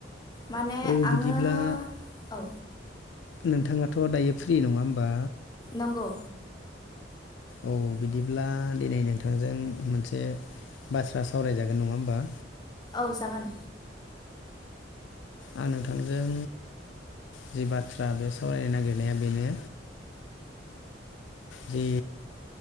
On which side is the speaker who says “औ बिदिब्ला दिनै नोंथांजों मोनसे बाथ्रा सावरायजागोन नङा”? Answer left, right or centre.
Left